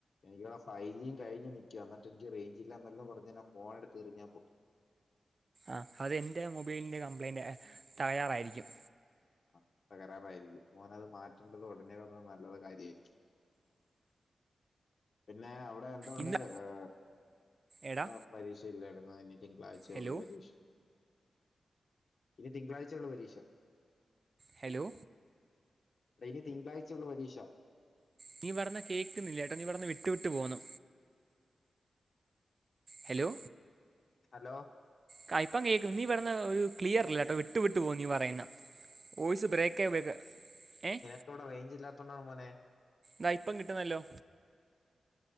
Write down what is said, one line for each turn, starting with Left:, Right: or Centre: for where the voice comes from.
Left: എനിക്കിവിടെ ഫൈവ് ജിം കഴിഞ്ഞ് നിക്ക എന്നിട്ടെനിക്ക് റെയ്ഞ്ചില്ല ന്നെന്ന് പർഞ് ഞാൻ ഫോണ് ട്ത്ത് എറിഞ്ഞാ പൊ
Right: ആഹ് അത് എന്റെ മൊബൈലിന്റെ കംപ്ലൈയിന്റ് തകരാറായിരിക്കും
Left: ആഹ് തകരാറായിരിക്കും മോനത് മാറ്റണ്ടത് ഒടനെ പറഞ്ഞത് നല്ല കാര്യായിരിക്കും പിന്നെ അവടെ എന്തുണ്ട്
Right: ഇന്ന്
Left: ഏഹ്
Right: എടാ
Left: ആഹ് പരീക്ഷല്ലായിരുന്നു ഇനി തിങ്കളാഴ്ചേ
Right: ഹലോ
Left: ഉള്ളൂ പരീക്ഷ ഇനി തിങ്കളഴ്ച്ചുള്ളു പരീക്ഷ
Right: ഹലോ
Left: എനി തിങ്കളാഴ്ച്ചൊള്ളു പരീക്ഷ
Right: നീ പർയ്ന്ന കേക്കുന്നില്ലട്ടോ നീ പറയ്ന്ന വിട്ടു വിട്ട് പോന്നു ഹലോ
Left: ഹലോ
Right: കഇപ്പം കേക്കും നീ പറയ്ന്ന ഒരു ക്ലിയർല്ല ട്ടോ വിട്ടു വിട്ടു പോം നീ പറയുന്നെ വോയ്സ് ബ്രേക്കാബക ഏഹ്
Left: പ്പവടെ റെയ്ഞ്ച് ഇല്ലാത്തോണ്ടാണ് മോനേ
Right: താ ഇപ്പം കിട്ടുന്നല്ലോ